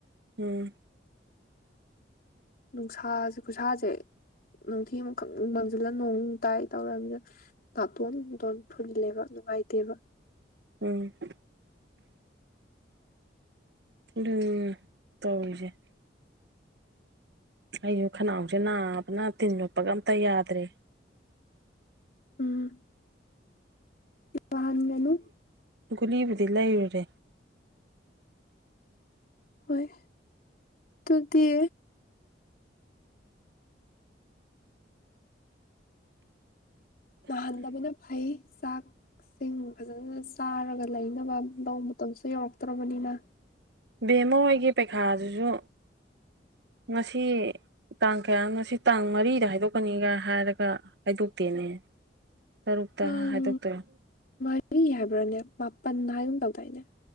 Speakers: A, on the right; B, on the left.
A: ꯎꯝ
B: ꯅꯨꯡꯁꯥꯁꯦ ꯈꯨꯠꯁꯥꯁꯦ ꯅꯨꯡꯊꯤ ꯑꯃꯈꯛ ꯃꯪꯁꯤꯜꯂ ꯅꯣꯡ ꯇꯥꯏ ꯇꯧꯔꯅꯤꯅ ꯅꯥꯇꯣꯟ ꯅꯨꯡꯇꯣꯟ ꯐꯨꯜꯂꯦꯕ ꯅꯨꯡꯉꯥꯏꯇꯦꯕ
A: ꯎꯝ ꯎꯝ ꯇꯧꯁꯦ ꯑꯩꯁꯨ ꯈꯅꯥꯎꯁꯦ ꯅꯥꯕꯅ ꯇꯤꯟ ꯌꯣꯠꯄꯒ ꯑꯝꯇ ꯌꯥꯗ꯭ꯔꯦ
B: ꯎꯝ ꯋꯥꯍꯟ ꯃꯅꯨ
A: ꯨꯂꯤꯕꯗꯂ ꯌꯔꯔꯦ
B: ꯍꯣꯏ ꯇ ꯗ ꯅꯥꯍꯟꯗꯕꯅ ꯐꯩ ꯆꯥꯛꯁꯤꯡ ꯐꯖꯅ ꯆꯥꯔꯒ ꯂꯩꯅꯕ ꯂꯧ ꯃꯇꯝꯁꯨ ꯌꯧꯔꯛꯇ꯭ꯔꯔꯕꯅꯤꯅ
A: ꯕꯦꯝꯃ ꯍꯣꯏꯒꯤ ꯄꯩꯈꯥꯗꯨꯁꯨ ꯉꯁꯤ ꯇꯥꯡ ꯀꯌꯥ ꯉꯁꯤ ꯇꯥꯡ ꯃꯔꯤꯗ ꯍꯥꯏꯗꯣꯛꯀꯅꯤꯒ ꯍꯥꯏꯔꯒ ꯍꯥꯏꯗꯣꯛꯇꯦꯅꯦ ꯇꯔꯨꯛꯇ
B: ꯇꯥꯡ
A: ꯍꯥꯏꯗꯣꯛꯇꯔꯣ
B: ꯃꯔꯤ ꯍꯥꯏꯕ꯭ꯔꯥꯅꯦ ꯃꯥꯄꯟ ꯍꯥꯏꯨꯝ ꯇꯧꯗꯏꯅꯦ